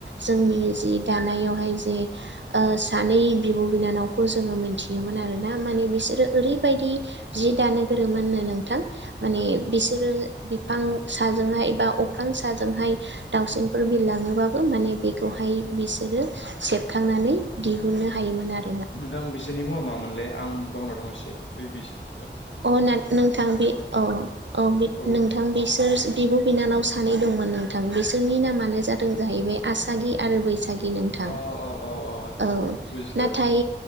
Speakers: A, on the right; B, on the left.
A: जोंनि जि दानायावहाय जे ओ सानै बिब' बिनानावखौ जोङो मिथियो मोन्थियोमोन आरोना माने बिसोरो ओरैबायदि जि दानो गोरोंमोन नो नोंथां। माने बिसोरो बिफां साजोंहाय बा अख्रां साजोंहाय दाउसेनफोर बिरलाङोबाबो माने बेखौहाय बिसोरो सेबखांनानै दिहुननो हायोमोन आरो।
B: नोंथां बिसोरनि मुङा मोनलै आं बावना दं एसे बे बिसोर
A: अ नां नोंथां बे अ औव
B: औ
A: नोंथां बिसोर बिब' बिनानाव सानै दंमोन नोंथां बिसोरनि नामानो जादों जाहैबाय आसागि आरो बैसागि नोंथां।
B: अ अ अ
A: औव
B: औ बुजिबाय
A: नाथाय
B: औ